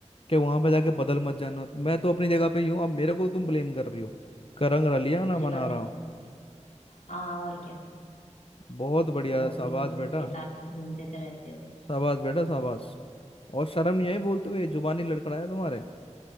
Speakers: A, on the left; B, on the left.
A: कि वहां पे जाके बदल मत जाना मैं तो अपनी जगह पे ही हूँ अब मेरे को तुम ब्लेम कर रही हो कि रंग रलिया
B: मुझे
A: ना मना
B: बस
A: रहा हूँ
B: हाँ और क्या
A: बहुत
B: जब देखो
A: बढ़िया
B: तब
A: शाबाश
B: अपनी दोस्त
A: बेटा
B: के साथ घूमते तो रहते हो
A: शाबाश बेटा शाबाश और शर्म नहीं आई बोलते हुए जुबानी लड़खड़ाया तुम्हारे